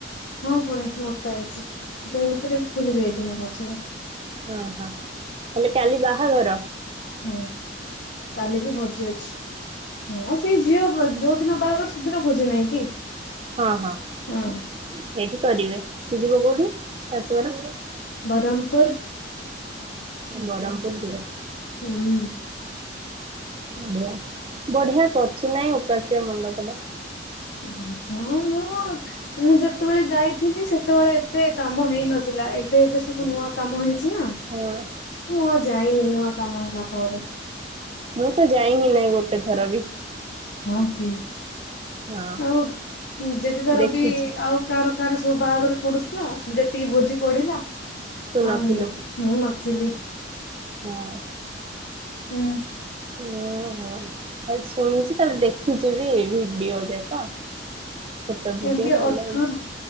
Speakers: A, on the left (about 65°); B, on the right (about 30°).
A: ମୁଁ ପୁଣି ମୋଟା ହେଇଛି ସେ ଏଭିତରେ ଫୁଲି ଯାଇଥିଲା ମଝିରେ।
B: ହଁ ହଁ ହେଲେ କାଲି ବାହାଘର?
A: ହୁଁ କାଲି ବି ଭୋଜି ଅଛି। ହ ସେଇ ଝିଅ ବ ଯୋଉ ଦିନ ବାହାଘର ସେଦିନ ଭୋଜି ନାହିଁ କି?
B: ହଁ ହଁ
A: ହୁଁ।
B: ଏଇଠି କରିବେ ସେ ଯିବ କୋଉଠି ଶାଶୁଘର?
A: ବରମପୁର।
B: ବରମପୁର ଯିବ।
A: ହୁଁ।
B: ବଢିଆ ବଢିଆ କରିଛି ନାଇଁ ଉପାସ୍ୟା ମଣ୍ଡପ ଟା?
A: ହଁ ହଁ ମୁଁ-ଉ-ଉ-ଉ ମୁଁ ଯେତେବେଳେ ଯାଇ ଥିଲି ସେତେବେଳେ ଏତେ କାମ ହେଇ ନଥିଲା ଏବେ ଏବେ ସବୁ ନୂଆ କାମ ହେଇଛି ନା।
B: ହଁ।
A: ମୁଁ ଆଉ ଯାଇନି ନୂଆ କାମ ହେଲା ପରେ।
B: ମୁଁ ତ ଯାଇନି ନା ଏ ଗୋଟେ ଥର ବି।
A: ହଁ କି
B: ହଁ
A: ଆଉ ଯେତେଥର
B: ଦେଖିଛି
A: ବି ଆଉ କାହାର କାହାର ସବୁ ବାହାଘର ପଡୁଥିଲା ଯେତିକି ଭୋଜି ପଡିଲା
B: ତୁ ନଥିଲୁ
A: ଆଉ ମୁଁ ତ ମୁଁ ନଥିଲି।
B: ହଁ।
A: ହୁଁ।
B: ଉ ହୁଁ ଖାଲି ଶୁଣିଛି ତାପରେ ଦେଖିଛି ବି ଭିଡିଓ ଯାକ। ଫୋଟା ଭିଡିଓ
A: ଏବେ
B: ଭଲ
A: ଅଠର
B: ହେଇଛି।